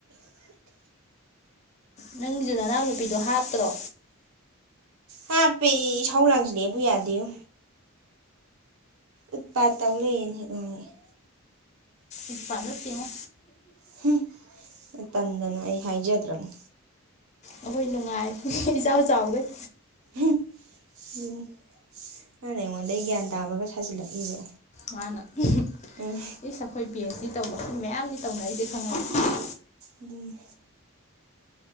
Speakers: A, on the left; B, on the right.
A: ꯅꯪꯒꯤꯁꯨ ꯅꯅꯥꯎ ꯅꯨꯄꯤꯗꯣ ꯍꯥꯞꯇ꯭ꯔꯣ꯫
B: ꯍꯥꯄꯦ ꯏꯁꯧ ꯂꯥꯡꯁꯜꯂꯦꯕꯨ ꯌꯥꯗꯦꯕꯨ꯫ ꯎꯠꯄꯠꯇ ꯇꯧ ꯂꯩꯌꯦꯅ ꯍꯦꯛ ꯉꯥꯡꯉꯛꯑꯦ꯫
A: ꯎꯠꯄꯥꯠ ꯅꯠꯇꯦꯉꯣ꯫
B: ꯍꯨ ꯇꯟꯗꯅ ꯑꯩ ꯍꯥꯏꯖꯗ꯭ꯔꯕꯅꯦ꯫
A: ꯑꯩꯈꯣꯏ ꯅꯨꯡꯉꯥꯏ ꯏꯆꯥꯎ ꯆꯥꯎꯈꯩ꯫
B: ꯑꯗꯨ ꯃꯥꯥꯟꯅ ꯑꯩꯉꯣꯟꯗ ꯒ꯭ꯌꯥꯟ ꯇꯥꯕꯒ ꯁꯥꯖꯤꯜꯂꯛꯏꯕ
A: ꯃꯥꯅ ꯁꯏ
B: ꯎꯝ
A: ꯑꯩꯈꯣꯏ ꯄꯤ ꯑꯦꯁ ꯗꯤ ꯇꯧꯕ ꯃꯤ ꯃꯌꯥꯝꯗꯤ ꯇꯧꯅ ꯔꯤꯁꯦ ꯈꯪꯉꯕ
B: ꯎꯝ